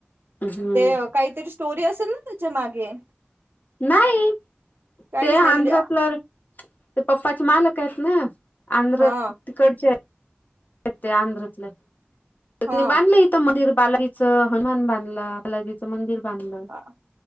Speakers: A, on the left (about 45°); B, on the right (about 60°).
A: हम्म
B: ते काहीतरी स्टोरी असेल ना त्याच्या मागे
A: नाही
B: काहीच
A: ते
B: नाही
A: आंध्रातलं
B: म्हणजे
A: ते पप्पाचे मालक आहेत ना आंध्र
B: हा
A: तिकडच्या इथे आंध्रातलं तरनी
B: हा
A: बांधलं इथं मंदिर बालाईचं हनुमान बांधला बालाजीचं मंदिर बांधलं
B: अ-